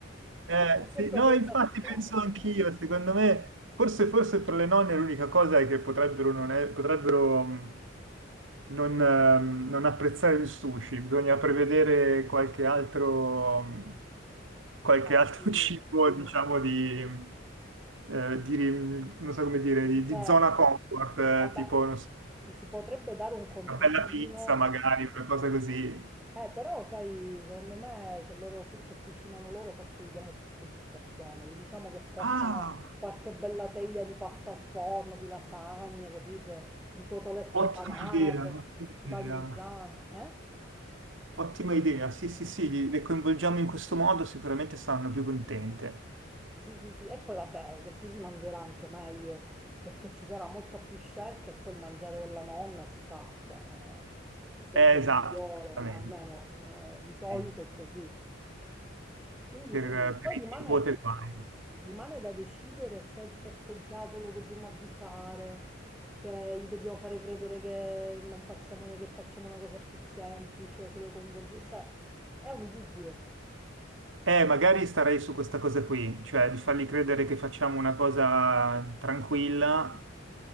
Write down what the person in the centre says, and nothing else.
Ho questa
sensazione.
Eh
sì,
di
riserva.
Vabbè,
gli si potrebbe dare un contentino.
Eh, però, sai, secondo me se loro, cu- se cucinano loro forse gli diamo più soddisfazione. Gli diciamo che portano
qualche bella teglia di pasta al forno, di lasagne, capito? Di cotolette
panate,
di
parmigiano, eh?
Sì, sì, sì, e poi vabbè, così si mangerà anche meglio, perché ci sarà molta più scelta e poi il mangiare della nonna si sa, cioè, eh, è sempre
il
migliore,
almeno eh, di solito
è così. Quindi
sì, poi
rimane,
rimane da decidere se il festeggiato lo dobbiamo avvisare, se gli dobbiamo fare credere che non facciamo niente, che facciamo una cosa più semplice, se lo coinvolgiamo, cioè, è un dubbio.